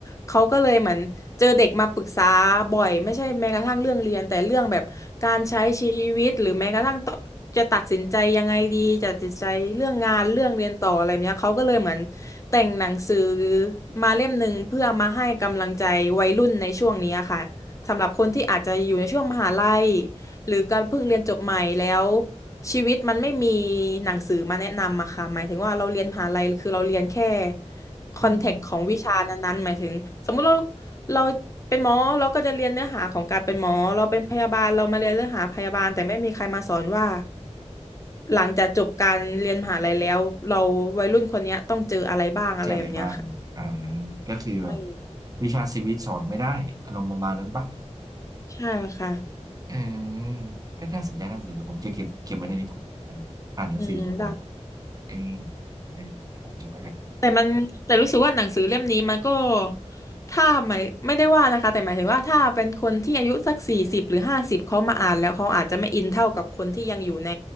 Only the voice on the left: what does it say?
เขาก็เลยเหมือนเจอเด็กมาปรึกษาบ่อยไม่ใช่แม้กระทั่งเรื่องเรียนแต่เรื่องแบบการใช้ชีวิตหรือแม้กระทั่งตจะตัดสินใจยังไงดีจะตัดสินใจเรื่องงานเรื่องเรียนต่ออะไรแบบเนี้ยเขาก็เลยเหมือนแต่งหนังสือมาเล่มหนึ่งเพื่อมาให้กำลังใจวัยรุ่นในช่วงนี้ค่ะ สำหรับคนที่อาจจะอยู่ในช่วงมหาลัยหรือการเพิ่งเรียนจบใหม่แล้วชีวิตมันไม่มีหนังสือมาแนะนำอะค่ะหมายถึงว่าเราเรียนมหาลัยคือเราเรียนแค่คอนเทกต์ของวิชานั้นๆหมายถึงสมมุติเรา
เราเป็นหมอเราก็จะเรียนเนื้อหาของการเป็นหมอเราเป็นพยาบาลเรามาเรียนเนื้อหาพยาบาลแต่ไม่มีใครมาสอนว่าหลังจากจบการเรียนมหาลัยแล้วเราวัยรุ่นคนเนี้ยต้องเจออะไรบ้างอะไรแบบเนี้ยค่ะ
ใช่
ใช่ค่ะ
อืมได้
แต่มันแต่รู้สึกว่าหนังสือเล่มนี้มันก็ถ้าหมายไม่ได้ว่านะคะแต่หมายถึงว่าถ้าเป็นคนที่อายุสักสี่สิบหรือห้าสิบเขามาอ่านแล้วเขาอาจจะไม่อินเท่ากับคนที่ยังอยู่ใน